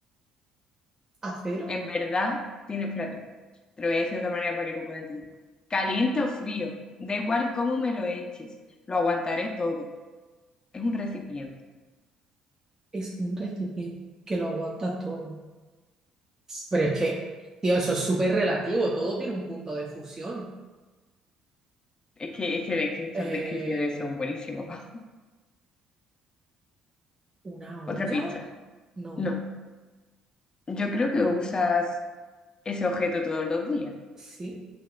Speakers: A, on the right (about 25°); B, on the left (about 35°).
A: acero
B: En verdad, tiene, espérate, te lo voy a decir de otra manera para que lo puedas entender. Caliente o frío, da igual cómo me lo eches, lo aguantaré todo. Es un recipiente.
A: es un recipiente que lo aguanta todo. Pero es que, tío, eso es súper relativo. Todo tiene un punto de fusión.
B: Es que, es que, es que estas
A: Eh,
B: descripciones son buenísimas, Pau.
A: ¿una olla?
B: Otra pista.
A: No.
B: No, yo creo que usas ese objeto todos los días.
A: ¿Sí?